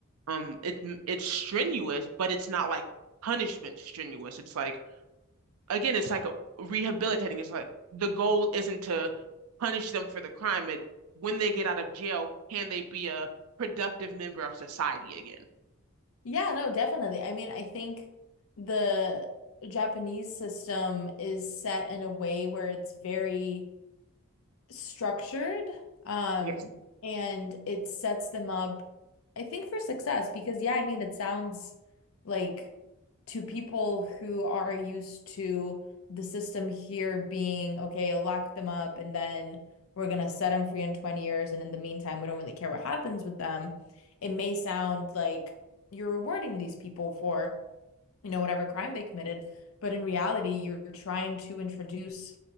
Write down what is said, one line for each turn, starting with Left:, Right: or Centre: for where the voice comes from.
Right: um, it, it's strenuous, but it's not like punishment strenuous. It's like again, it's like rehabilitating. It's like the goal isn't to punish them for the crime. It when they get out of jail, can they be a productive member of society again?
Left: Yeah, no, definitely. I mean, I think the Japanese system is set in a way where it's very structured um
Right: Yes.
Left: and it sets them up I think for success because yeah I mean it sounds like to people who are used to the system here being okay lock them up and then we're gonna set them free in 20 years and in the meantime we don't really care what happens with them it may sound like you're rewarding these people for you know, whatever crime they committed. But in reality, you're trying to introduce